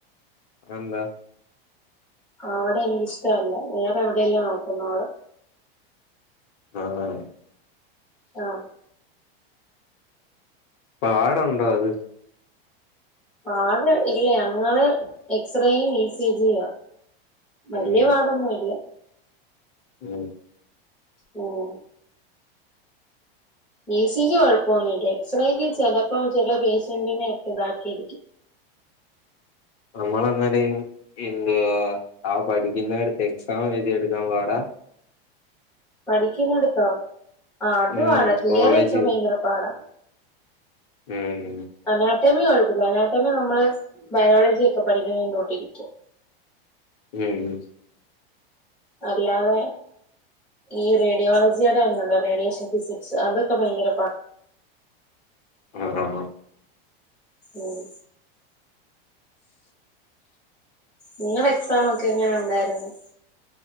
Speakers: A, on the left (about 35°); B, in the centre.
A: അതെന്താ
B: അവിടെ എനിക്കിഷ്ടല്ല വേറെ എവിടെല്ലേ നോക്കുന്നോള്
A: <unintelligible>
B: ആഹ്
A: പാടുണ്ടോ അത്
B: പാട് ഇല്ല ഞങ്ങള് എക്സ്റേയും ഇ സി ജിയാ വല്ല്യ
A: ഉം
B: പാടൊന്നുല്ല
A: ഉം
B: ഉം ഇ സി ജി കൊഴപ്പൊന്നുല്ല എക്സ്റേക്ക് ചെലപ്പോ ചെല പേഷ്യന്റിനെ ഒക്കെ ഇതാക്കിയിരിക്കും
A: നമ്മളങ്ങനേയും എന്താ ആ പഠിക്കുന്നടുത്ത് എക്സാം എഴുതി എടുക്കാൻ പാടാ
B: പഠിക്കുന്നടുത്തോ ആ അത്
A: ഉം
B: പാടാ തിയറി
A: കോളേജ്
B: ഒക്കെ ഭയങ്കര പാടാ
A: ഉം
B: അനാട്ടമി കൊഴപ്പല്ല അനാട്ടമി നമ്മള് ബയോളജിയോക്കെ പഠിക്കന്തോട്ടിരിക്കും
A: ഉം ഉം
B: അല്ലാതെ ഈ റേഡിയോളജിയുടെ ഒന്നുണ്ടോ റേഡിയേഷൻ ഫിസിക്സ് അതൊക്കെ ഭയങ്കര പാ
A: ആണോ
B: ഉം നിങ്ങടെ എക്സാാം ഒക്കെ എങ്ങനെ ഉണ്ടായിരുന്നു